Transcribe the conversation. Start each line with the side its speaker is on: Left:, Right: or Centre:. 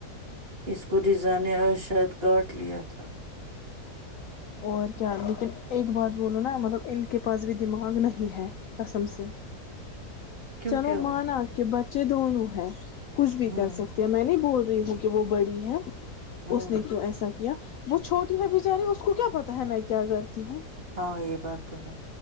Right: اس کو رزا نے آج شاید کاٹ لیا تھا
Left: اور کیا لیکن ایک بات بولو نا مطلب ان کے پاس بھی دماغ نہیں ہے قسم سے
Right: کیوں
Left: چلو
Right: کیا ہوا
Left: مانا کے بچ ج دونونوں ہیں کچھ بھی
Right: ہوں
Left: کر سکتے ہیں میں نہیں بول ہوں کہ وہ بڑی ہے
Right: ہوں
Left: اس نے کیوں ایسا کیا وہ چھوٹی ہے ب بیچاری اس کو کیا پتا ہے میں کیا کرتی ہوں
Right: ہاں یہ بات تو ہے